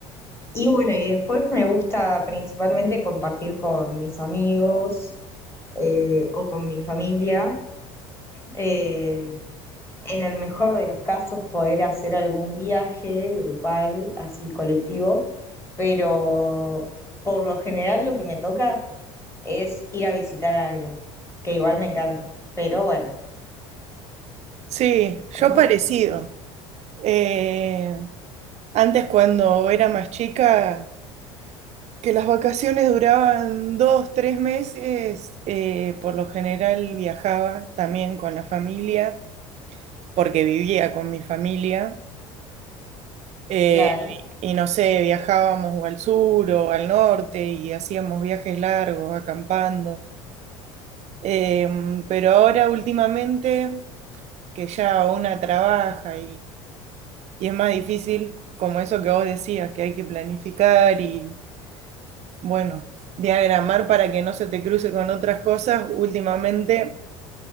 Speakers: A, on the left; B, on the right.
A: y bueno, y después me gusta principalmente compartir con mis amigos eh, o con mi familia. Eh, en el mejor de los casos, poder hacer algún viaje grupal, así colectivo, pero por lo general lo que me toca es ir a visitar a alguien, que igual me encanta, pero bueno,
B: Sí, yo
A: ¿Vos?
B: parecido. Eh, antes cuando era más chica, que las vacaciones duraban dos, tres meses, eh, por lo general viajaba también con la familia, porque vivía con mi familia. Eh,
A: claro.
B: y no sé, viajábamos o al sur o al norte y hacíamos viajes largos, acampando. Eh, pero ahora últimamente, que ya una trabaja Y es más difícil, como eso que vos decías, que hay que planificar y, bueno, diagramar para que no se te cruce con otras cosas. Últimamente,